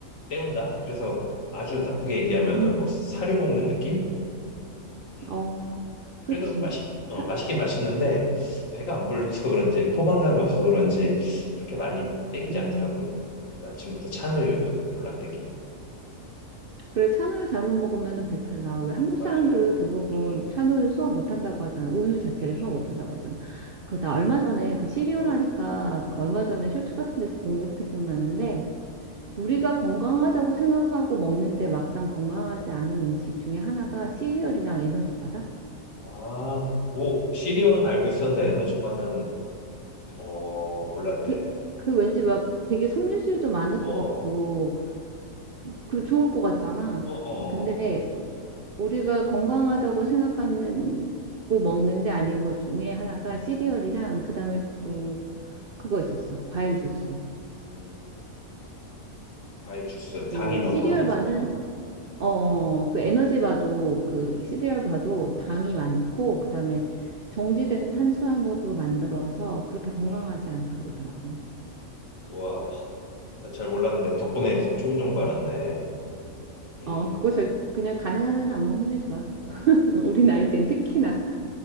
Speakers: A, on the left (about 65°); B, on the right (about 55°).
A: 때운다? 그래서 아주 나쁘게 얘기하면은
B: 음,
A: 뭐 사료 먹는 느낌? 음,
B: 어,
A: 그래도
B: 그치.
A: 맛있, 어,
B: 사,
A: 맛있긴 맛있는데 배가 안 불러서 그런지 포만감이 없어서 그런지 그렇게 많이 땡기지
B: 음,
A: 않더라고. 그리고 아침부터 찬우유도 별로 안 땡기고.
B: 그래, 찬우유 잘못 먹으면은 배탈 나. 왜 한국
A: 맞아.
B: 사람들 대부분
A: 음, 음.
B: 찬우유 소화 못 한다고 하잖아. 우유 자체를
A: 음,
B: 소화 못
A: 음.
B: 한다고 하잖아. 그, 나 얼마 전에 그 시리얼
A: 어,
B: 하니까 그 얼마
A: 어.
B: 전에 쇼츠 같은 데서 본 거 생각나는데 우리가 건강하다고 생각하고 먹는데 막상 건강하지 않은 음식 중에 하나가 시리얼이랑 에너지바다?
A: 아, 오, 시리얼은 알고 있었는데 에너지바는 어, 몰랐네.
B: 그, 그 왠지 막 되게 섬유질도 많을
A: 어,
B: 것 같고
A: 어,
B: 그 좋을 것 같잖아.
A: 어,
B: 근데
A: 어.
B: 우리가 건강하다고 생각하는 고 먹는 데 아닌 것 중에 하나가 시리얼이랑 그다음에 또
A: 음,
B: 그거 있었어. 과일 주스.
A: 음. 과일 주스,
B: 그
A: 당이 너무
B: 시리얼
A: 많아서.
B: 바는 어, 어,
A: 음,
B: 어, 그
A: 음,
B: 에너지 바도 그 시리얼 바도 당이 많고 그다음에 정지된 탄수화물로 만들어서 그렇게 건강하지
A: 음.
B: 않다 그러더라고.
A: 우와, 난잘 몰랐는데 덕분에 좋은 정보 알았네. 음,
B: 어, 그거 절 그냥 가능하면 안 먹는 게 좋아.
A: 어,
B: <laughs> 우리 나이
A: 그래.
B: 땐 특히나.